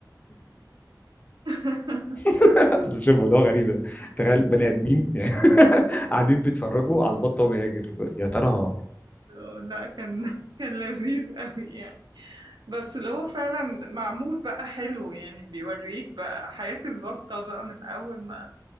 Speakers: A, on the right; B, on the left.
A: <laughs>
B: <laughs> اصل شوف الموضوع غريب تخيل بني ادمين يعني <laughs> قاعدين بيتفرجوا على البطه وهو بيهاجر يا ترى
A: آه، لا كان كان لذيذ قوي يعني بس اللي هو فعلا معمول بقى حلو يعني بيوريك بقى حياة البطة بقى من أول ما